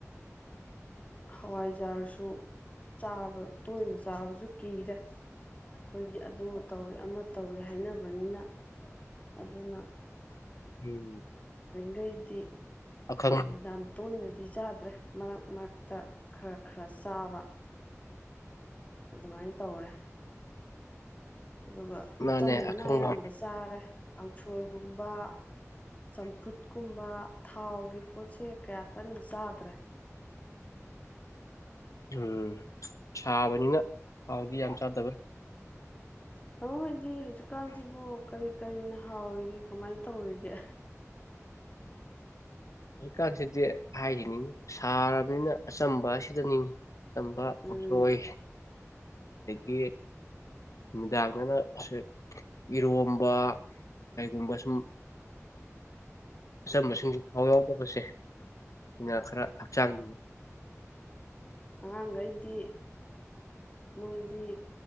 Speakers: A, on the left; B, on the left.
A: ꯍꯋꯥꯏꯖꯥꯔꯁꯨ ꯆꯥꯕ ꯇꯣꯏꯅ ꯆꯥꯕꯁꯨ ꯀꯤꯔꯦ ꯑꯩꯈꯣꯏꯒꯤ ꯑꯗꯨ ꯇꯧꯋꯦ ꯑꯃ ꯇꯧꯋꯦ ꯍꯥꯏꯅꯕꯅꯤꯅ ꯑꯗꯨꯅ
B: ꯎꯝ
A: ꯉꯥꯏꯗꯤ
B: ꯑꯈꯪ
A: ꯌꯥꯝ ꯇꯣꯏꯅꯗꯤ ꯆꯥꯗ꯭ꯔꯦ ꯃꯔꯛ ꯃꯔꯛ ꯇ ꯈꯔ ꯈꯔ ꯆꯥꯕ ꯑꯗꯨꯃꯥꯏꯅ ꯇꯧꯔꯦ ꯑꯗꯨꯒ
B: ꯃꯥꯅꯦ
A: ꯑꯆꯝꯕꯅ
B: ꯑꯈꯪꯕ
A: ꯑꯌꯥꯝꯕ ꯆꯥꯔꯦ ꯀꯥꯡꯁꯣꯏꯒꯨꯝꯕ ꯆꯝꯐꯨꯠꯀꯨꯝꯕ ꯊꯥꯎꯒꯤ ꯄꯣꯠꯁꯦ ꯀꯌꯥ ꯀꯟꯅ ꯆꯥꯗ꯭ꯔꯦ
B: ꯎꯝ ꯁꯥꯕꯅꯤꯅ ꯅ ꯊꯥꯎꯗꯤ ꯌꯥꯝ ꯆꯥꯗꯕ
A: ꯇꯧꯕꯣꯏꯗꯤ ꯍꯧꯖꯤꯛꯀꯥꯟꯁꯤꯕꯨ ꯀꯔꯤ ꯀꯔꯤꯅ ꯍꯥꯎꯔꯤꯒꯦ ꯀꯃꯥꯏ ꯇꯧꯔꯤꯒꯦ
B: ꯍꯧꯖꯤꯛꯀꯥꯟꯁꯤꯗꯤ ꯍꯥꯏꯈꯤꯅꯤꯉ ꯁꯥꯔꯕꯅꯤꯅ ꯑꯆꯝꯕ ꯑꯁꯤꯗꯅꯤ ꯑꯆꯝꯕ
A: ꯎꯝ
B: ꯀꯥꯡꯁꯣꯏ ꯑꯗꯒꯤ ꯅꯨꯃꯤꯗꯥꯡ ꯈꯣꯏꯅ ꯁ ꯏꯔꯣꯝꯕ ꯀꯩꯒꯨꯝꯕ ꯁꯨꯝ ꯑꯆꯝꯕꯁꯤꯡꯁꯤ ꯊꯥꯎ ꯌꯥꯎꯗꯕꯁꯦ ꯁꯤꯅ ꯈꯔ ꯍꯛꯆꯥꯡ
A: ꯑꯉꯥꯡꯒꯩꯗꯤ ꯃꯣꯏꯗꯤ